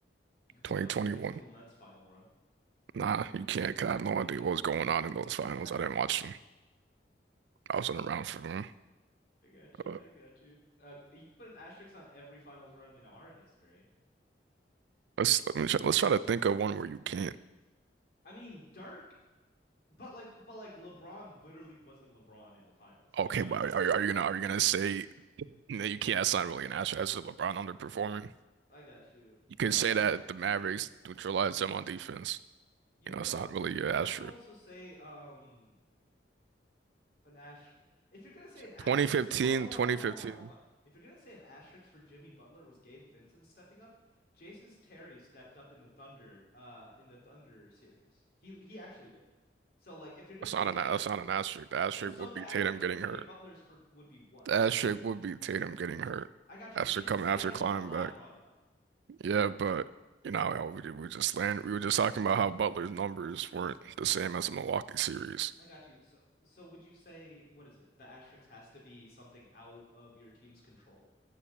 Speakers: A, on the left (about 55°); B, on the right (about 75°).
A: You could put
B: 2021.
A: it on every single Nets final run.
B: Nah, you can't. 'cause I have no
A: Yeah, you
B: idea
A: can.
B: what was going on in those
A: <laughs>
B: finals. I didn't watch them. I wasn't around for them.
A: I got you.
B: Uh,
A: I got you. Uh, you could put an asterisk on every finals run in our history.
B: let's let me try, let's try to think of one where you can't.
A: I mean, Dirk, but like, but like LeBron literally wasn't LeBron in the finals.
B: Okay,
A: You know what
B: but
A: I mean?
B: are, you- are you gonna are you gonna say no? You can't. That's not really an answer. That's just LeBron underperforming.
A: I got you.
B: You can
A: Uh,
B: say that
A: let's
B: the Mavericks
A: see.
B: neutralized them on defense.
A: You
B: You
A: could
B: know, it's
A: all
B: not really
A: you
B: an asterisk.
A: you could also say um An ash. If you're gonna say an asterisk
B: Twenty fifteen,
A: for, hold
B: twenty
A: on, hold on,
B: fifteen.
A: hold on, hold on. If you're gonna say an asterisk for Jimmy Butler was Gabe Vincent stepping up, Jason Terry stepped up in the Thunder, uh, in the Thunder series. He he actually did. So like, if you're gonna
B: That's
A: say
B: not
A: Gabe,
B: an that's not an asterisk. The asterisk
A: so so
B: would
A: the
B: be
A: asterisk
B: Tatum getting
A: for Jimmy
B: hurt.
A: Butler's for would be what?
B: The asterisk would be Tatum getting hurt
A: I got you,
B: after
A: but you didn't
B: coming
A: say
B: after
A: that until
B: climbing
A: I
B: back.
A: brought it up.
B: Yeah, but you know, we we just land. We were just talking about how Butler's numbers weren't the same as the Milwaukee series.
A: I got you. So so would you say what is it? The asterisk has to be something out of your team's control?